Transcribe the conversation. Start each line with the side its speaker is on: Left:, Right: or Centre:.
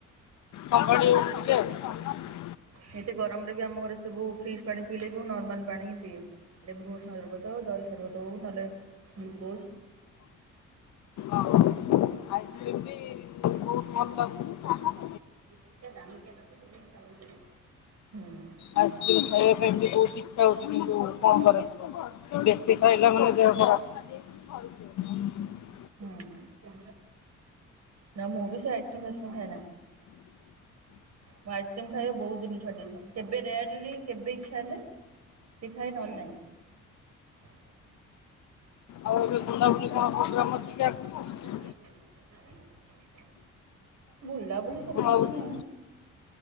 Left: ପାଣି <unintelligible>
Right: ହେନ୍ତି ଗରମରେ ବି ଆମ ଘରେ ସବୁ ଫ୍ରିଜ୍ ପାଣି ପିଇଲେ ବି ନର୍ମାଲ ପାଣି ହି ପିଏ ଲେମ୍ବୁଣ ସର୍ବତ ହଉ ଦହି ସର୍ବତ ହଉ ନହେଲେ ଗ୍ଲୁକୋଜ।
Left: ଆଇସ୍କ୍ରିମ୍ ବି ବହୁତ ଭଲ ଲାଗୁଚି।
Right: <unintelligible>
Left: ଆସ୍କ୍ରିମ୍ ଖାଇବା ପାଇଁବି ବହୁତ ଇଚ୍ଛା ହଉଛି କିନ୍ତୁ କଣ କରାଜିବ ବେଶୀ ଖାଇଲା ମାନେ ଦେହ ଖରାପ୍ <unintelligible>
Right: ହୁଁ। ନା ମୁଁ ବି ସେ ଆଇସ୍କ୍ରିମ ଫାଇସ୍କ୍ରିମ୍ ଖାଏନା ମୁଁ ଆଇସ୍କ୍ରିମ୍ ଖାଇବା ବହୁତ ଦିନୁରୁ କରିଦେଇଚି କେବେ ରେୟାଲଲି କେବେ ଇଛା ହେଲେ କି ଖାଏ ନହେଲେ ନାହିଁ।
Left: ଆଉ ଏବେ ବୁଲାବୁଲି କଣ ପୋଗ୍ରାମ ଅଛି କି ଆଗକୁ।
Right: <unintelligible> ବୁଲା ବୁଲି ସେମିତି
Left: ବୁଲାବୁଲି
Right: କିଛି ନାଇଁ।